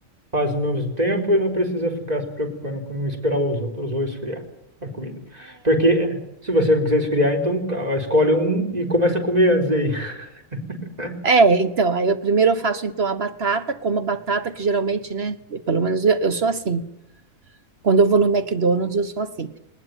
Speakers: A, on the right; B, on the right.
A: faz ao mesmo tempo e não precisa ficar se preocupando com esperar os outros ou esfriar a comida. Porque eh, se você não quiser esfriar, então ca- escolhe um e começa a comer antes aí. <laughs>
B: É, então, aí eu primeiro eu faço então a batata, como a batata que geralmente, né, pelo menos eu, eu sou assim. Quando eu vou no McDonald's, eu sou assim.